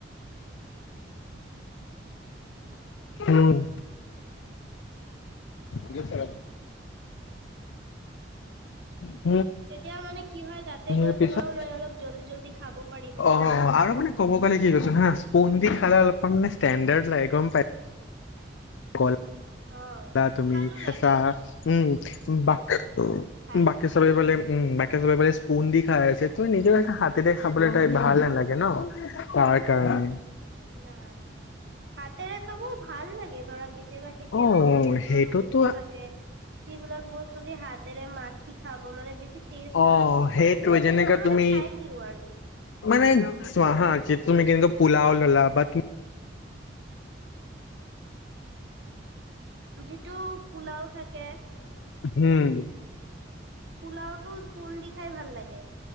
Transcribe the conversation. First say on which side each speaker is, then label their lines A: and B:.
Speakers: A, on the left (about 80°); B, on the right (about 65°).
A: উম। দিয়ে চেলাই শ? উ
B: তেতিয়া মানে কি হয় তাতে গৈ
A: তাৰপিছত
B: পেলাইও মানে অলপ জল্দি জল্দি খাব পাৰিম মই।
A: অ' আৰু মানে ক'ব গ'লে কি কৈছো হা, স্পন দি খালে অলপমান ষ্টেডাৰ্ লাগে, গম পাই কল
B: অ
A: যা তুমিছা
B: ভালো লাগে
A: <unintelligible> উম বাক
B: খাই
A: বাকি চবে বোলে উম বাকী চবে বোলে স্পুন দি খাই আছে তুম নিজৰ এটা হাতেৰে খাবলৈ তাই
B: খুন্দি
A: ভাল নালাগে ন। তাৰ কাৰনে
B: নাই, হাতেৰে খাব ভাল লাগে ধৰা কেতিয়াবা কেতিয়াবা
A: অ'
B: ধৰ কিছুমান
A: সেইটোতো
B: বস্তু থাকে, যিবিলাক বস্তু দি হাতেৰে মাখি শি খাব মানে বেছি টেষ্ট
A: অঁ,
B: লাগে।
A: সেইটোৱে যেনেকা
B: তেতিয়া মানে
A: তুমি,
B: খাই দিওঁ আৰু
A: মানে চোৱা বা যে তুমি কেনকা পুলও ললা, বা
B: যিটো পোলাও থাকে
A: হঁম।
B: পোলাওটো স্পোন দি খাই ভাল লাগে।